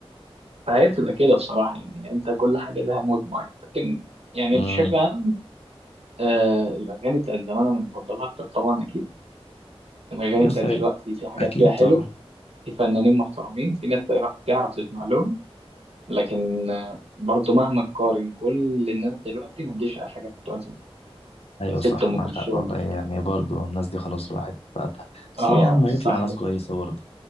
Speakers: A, on the right; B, on the left.
A: فهي بتبقى كده بصراحه يعني انت كل حاجه لها مود معين لكن يعني
B: حاجة
A: بشكل عام آه الأغاني بتاعت زمان أنا بفضلها أكتر طبعا أكيد الأغاني
B: يس
A: بتاعت دلوقتي في حاجات
B: اكيد
A: فيها حلو
B: طبعا
A: في فنانين محترمين في ناس تعرف تعرف تسمع لهم لكن آه برضو مهما تقارن كل الناس دلوقتي ما تجيش على حاجة بتوع زمان
B: ايوه
A: ست
B: صح
A: أم
B: معاك
A: كلثوم
B: حق والله
A: مثلا
B: يعني برضه الناس دي خلاص الواحد بقى بس
A: آه
B: ليه يا عم
A: الساعة
B: هيطلع
A: 11
B: ناس كويسه برضه